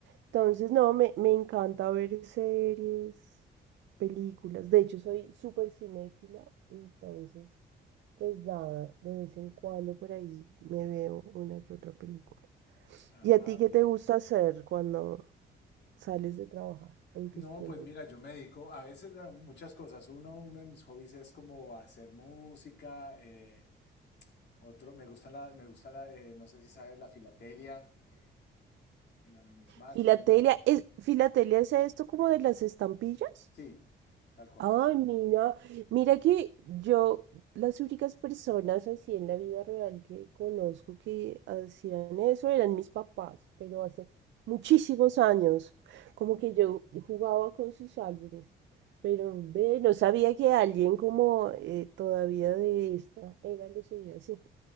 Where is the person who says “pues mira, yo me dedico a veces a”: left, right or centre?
Left